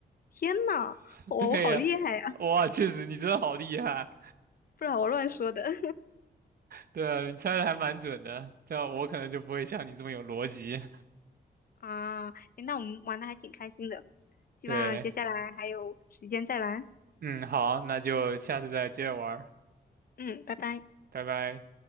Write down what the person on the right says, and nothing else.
<laughs>
对呀、哇，确实你真的好厉害，
对啊，你猜的还蛮准的，这样我可能就不会像你这么有逻辑。
<laughs>
对，嗯，好，那就下次再接着玩儿
拜拜。